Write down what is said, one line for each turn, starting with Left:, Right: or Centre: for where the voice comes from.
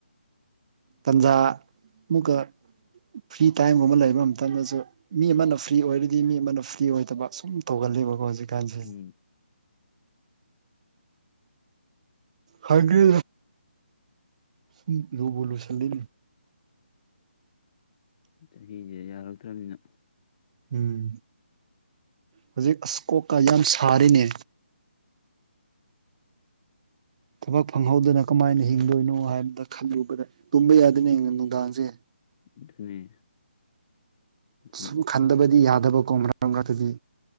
Right: ꯇꯟꯖꯥ ꯃꯨꯛꯀ ꯐ꯭ꯔꯤ ꯇꯥꯏꯝꯒꯨꯝꯕ ꯂꯩꯕ ꯃꯇꯝꯝꯇꯗꯁꯨ ꯃꯤ ꯑꯃꯅ ꯐ꯭ꯔꯤ ꯑꯣꯏꯔꯗꯤ ꯃꯤ ꯑꯃꯅ ꯐ꯭ꯔꯤ ꯑꯣꯏꯗꯕ ꯁꯨꯝ ꯇꯧꯒ ꯂꯤꯕ ꯍꯧꯖꯤꯀ ꯀꯥꯟꯁꯤ
Left: ꯎꯝ
Right: ꯍꯥꯏꯒ ꯎ ꯂꯨꯕꯂꯨꯁꯂꯤ
Left: ꯆꯍꯤꯁꯦ ꯌꯥꯔꯛꯇ꯭ꯔꯅꯤꯅ
Right: ꯎꯝ ꯍꯧꯖꯤꯛ ꯑꯁꯀꯣꯀ ꯌꯥꯝ ꯁꯥꯔꯤꯅꯦ ꯊꯕꯛ ꯐꯪꯍꯧꯗꯅ ꯀꯃꯥꯏꯅ ꯍꯤꯡꯗꯣꯏꯅꯣ ꯍꯥꯏꯕꯗ ꯈꯜꯂꯨꯕꯗ ꯇꯨꯝꯕ ꯌꯥꯗꯅꯦ ꯅꯨꯡꯗꯥꯡꯁꯦ
Left: ꯑꯗꯨꯅꯤ ꯑꯗꯨꯅ
Right: ꯁꯨꯝ ꯈꯟꯗꯕꯗꯤ ꯌꯥꯗꯕꯀꯣ ꯃꯔꯀ ꯃꯔꯛꯇꯗꯤ